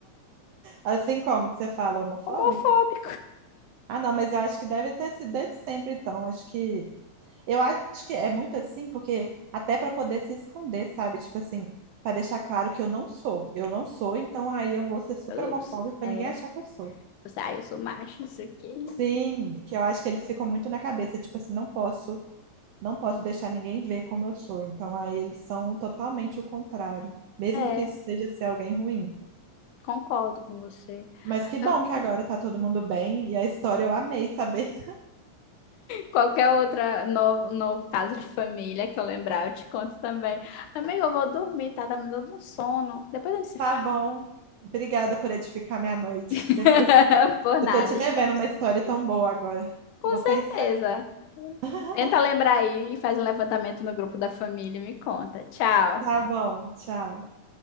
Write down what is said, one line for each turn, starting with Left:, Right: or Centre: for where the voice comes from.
Right: Assim como que você fala
Left: <laughs>
Right: homofóbico?
Left: homofóbico.
Right: Ah, não, mas eu acho que deve ter sido desde sempre, então. Acho que eu acho que é muito assim, porque até pra poder se esconder, sabe? Tipo assim, pra deixar claro que eu não sou. Eu não sou, então aí eu vou ser super
Left: Eu,
Right: homofóbico pra
Left: é,
Right: ninguém achar que eu sou.
Left: eu, sei, ah, eu sou macho, isso aqui.
Right: Sim, que eu acho que eles ficam muito na cabeça, tipo assim, não posso não posso deixar ninguém ver como eu sou. Então aí eles são totalmente o contrário, mesmo
Left: É,
Right: que isso seja ser alguém ruim.
Left: concordo com você.
Right: Mas que bom
Left: Ah,
Right: que agora tá todo mundo bem e a história eu amei saber. <laughs>
Left: Qualquer outra novo, novo caso de família que eu lembrar, eu te conto também. Amiga, eu vou dormir, tá? Tá me dando um sono. Depois a gente se
Right: Tá
Left: fala.
Right: bom. Obrigada por edificar minha noite.
Left: <laughs>
Right: Depois
Left: Por nada,
Right: eu tô te devendo
Left: estamos
Right: uma
Left: por
Right: história
Left: aqui.
Right: tão boa agora.
Left: Com
Right: Vou
Left: certeza.
Right: pensar. <laughs>
Left: Tenta lembrar aí e faz um levantamento no grupo da família e me conta. Tchau.
Right: Tá bom, tchau.